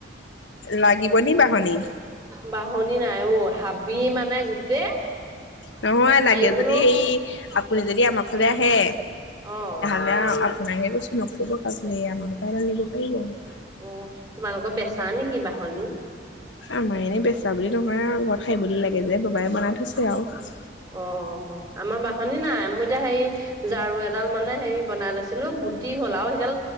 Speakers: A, on the left (about 80°); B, on the right (about 20°).
A: লাগিব নি বাঁহনী?
B: বাঁহনী নাইও হাবি মানে গোটেই
A: নহয়
B: সাৰিবলৈও
A: লাগে যদি সেই আপুনি যদি আমাৰ ফালে আহে
B: অঁ
A: <unintelligible>
B: অ তোমালোকৰ বেচা নেকি বাঁহনী?
A: আমাৰ এনেই বেচা বুলি নহয় আৰু ঘৰত সাৰিবলৈ বুলি লাগে যে বাবাই বনাই থৈছে আৰু।
B: অ আমাৰ বাঁহনী নাই মই এতিয়া হেৰি ঝাৰু এডাল মানে হেৰি বনাই লৈছিলো বুটি হ'ল আৰু সিডাল